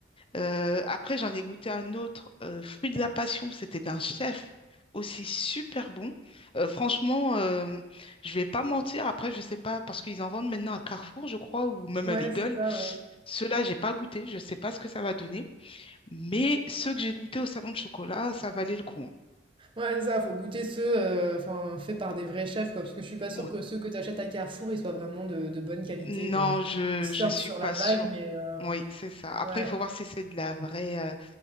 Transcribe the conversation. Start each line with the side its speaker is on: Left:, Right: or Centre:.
Left: Euh, après, j'en ai goûté un autre, euh, fruit de la passion. C'était d'un chef aussi super bon. Euh, franchement, euh, je vais pas mentir. Après, je sais pas parce qu'ils en vendent maintenant à Carrefour, je crois, ou même
Right: Ouais,
Left: à Lidl.
Right: c'est ça, ouais.
Left: Ceux-là, j'ai pas goûté. Je sais pas ce que ça va donner. Mais ceux que j'ai goûtés au salon de chocolat, ça valait le coup. hein.
Right: Ouais, c'est ça, faut goûter ceux, heu, enfin, faits par des vrais chefs, quoi, parce que je suis pas sûre
Left: Ouais.
Right: que ceux que tu achètes à Carrefour, ils soient vraiment de de bonne qualité,
Left: Non,
Right: quoi. Je
Left: je
Right: pense qu'ils surfent
Left: je suis
Right: sur
Left: pas
Right: la vague,
Left: sûre.
Right: mais heu,
Left: Oui, c'est ça. Après,
Right: ouais,
Left: il faut voir si c'est de la vraie. euh,